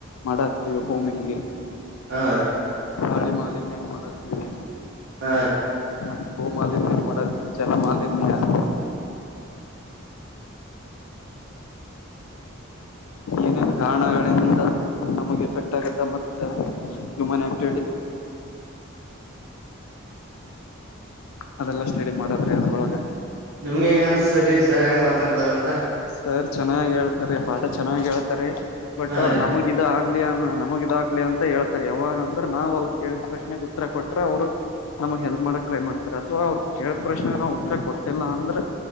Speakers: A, on the left; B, on the right.
A: ಮಾಡತೀವಿ ಭೂಮಿಗೆ
B: ಹಾ ರೀ
A: ಗಾಡಿ ಮಾಲಿನ್ಯೇಂ ಮಾಡತೀವಿ
B: ಹ
A: ತಪ್ಪಾಲ ಮೋಡ ತಿ ಚಲ್ಲ ಮಾಲನ್ಯ <inaudible> ಏನ ಕಾರಣಗಳಿಂದ ನಮಗೆ ಎಫೆಟ್ ಆಗುತ್ತೆ ಮತ್ತೆ ಇಮನೆ <inaudible> ಅದೆಲ್ಲ ಸ್ಟಡಿ ಮಾಡದ್ರೆ ಅದ್ರೊಳಗೆ
B: ನಿಮ್ಗೆ ಹೆಂಗ ಅನ್ಸತರಿ ಸರ್ ಹೆಂಗ್ ಮಾತಾಡ್ದಾರಂತ
A: ಸರ್ ಚೆನ್ನಾಗಿ ಹೇಳ್ತಾರೆ ಪಾಠ ಚೆನ್ನಾಗ್ ಹೇಳ್ತಾರೆ ಬಟ್
B: ಹಾ
A: ಅವ್ರು
B: ರೀ
A: ನಮಗ ಇದ ಆಗ್ಲಿ ಅ ನಮಗ ಇದ ಇಲ್ಲಿ ಅಂತ ಹೇಳ್ತಾರೆ ಯಾವಾಗ ಅಂದ್ರ ನಾವ್ ಅವ್ರು ಕೇಳಿದ ಪ್ರಶ್ನೆಗೆ ಉತ್ತರ ಕೊಟ್ರೆ ಅವ್ರು ನಮಗ್ ಹೆಲ್ಪ್ ಮಾಡಕ್ ಟ್ರೈ ಮಾಡ್ತಾರೆ ಅಥವಾ ಅವ್ರು ಕೇಳ ಪ್ರಶ್ನೆಗೆ ನಾವು ಉತ್ತರ ಕೊಟ್ಟಿಲ್ಲ ಅಂದ್ರೆ